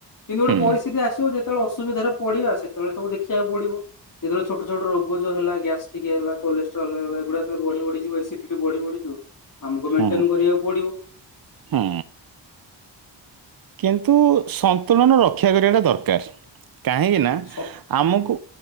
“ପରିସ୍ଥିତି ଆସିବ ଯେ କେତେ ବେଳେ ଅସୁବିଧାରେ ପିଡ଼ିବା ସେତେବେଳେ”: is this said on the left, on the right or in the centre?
Left